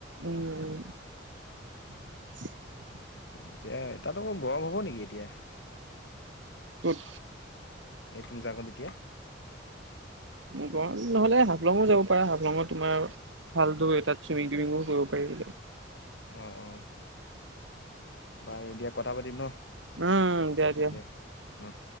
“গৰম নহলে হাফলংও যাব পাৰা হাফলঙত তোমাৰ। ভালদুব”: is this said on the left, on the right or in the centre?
Right